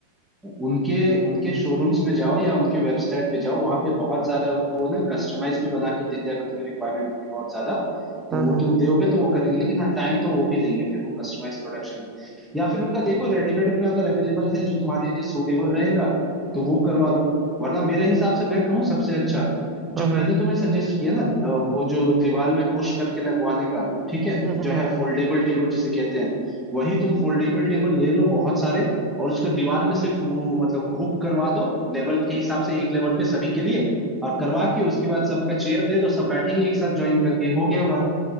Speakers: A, in the centre; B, on the right (about 30°).
A: उनके उनके शोरूम्स में जाओ या उनके वेबसाइट पे जाओ वहां पे बहुत सारा वो ना कस्टमाइज भी बना के देते हैं अगर तुम्हें रिक्वायरमेंट होगी बहुत ज्यादा तो
B: हाँ
A: वो तुम
B: हाँ
A: दोगे तो वो करेंगे लेकिन हाँ टाइम तो वो भी लेंगे फिर वो कस्टमाइज प्रोडक्शन में या फिर उनका देखो रेडीमेड में अगर अवेलेबल है जो तुम्हारे लिए सूटेबल रहेगा तो वो करवा लो वरना मेरे हिसाब से मैं कहूँ सबसे अच्छा
B: हाँ
A: जो मैंने
B: हाँ हाँ
A: तुम्हें सजेस्ट किया ना अ, वो जो दीवार में पुश करके लगवाने का ठीक है
B: हम्म, हम्म,
A: जो
B: हम्म,
A: है
B: हम्म।
A: फोल्डेबल टेबल जिसे कहते हैं वही तुम फोल्डेबल टेबल ले लो बहुत सारे और उसको दीवार में सिर्फ वो मतलब हुक करवा दो लेवल के हिसाब से एक लेवल पे सभी के लिए और करवा के उसके बाद सबका चेयर दे दो सब बैठेंगे एक साथ ज्वाइन करके हो गया बात